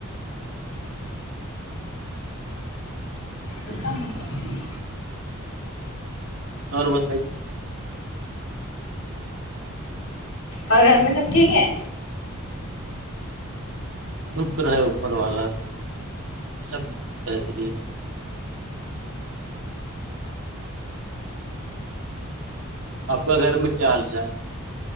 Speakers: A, on the left (about 70°); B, on the right (about 75°).
A: اتا م
B: اور بتائیے
A: اور گھر میں سب ٹھیک ہے
B: شکر ہے اوپر والا کا سب بہترین آپ کا گھر میں کیا حال چال ہے